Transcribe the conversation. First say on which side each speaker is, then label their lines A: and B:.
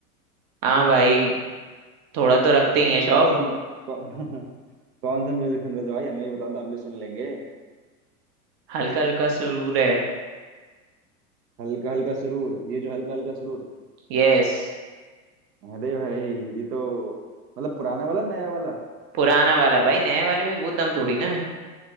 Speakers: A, on the right; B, on the right.
A: हाँ भाई थोड़ा तो रखते
B: अच्छा
A: ही है शौक
B: कौन सा कौ, <laughs> कौन सा म्यूजिक सुन रहे थे भाई हमें भी बता दो हम भी सुन लेंगे
A: हल्का हल्का सुरूर है
B: हल्का हल्का सुरूर ये जो हल्का हल्का सुरूर
A: यस
B: अरे भाई ये तो मतलब पुराने वाला नया वाला
A: पुराना वाला भाई नए वाले में वो दम थोड़ी ना है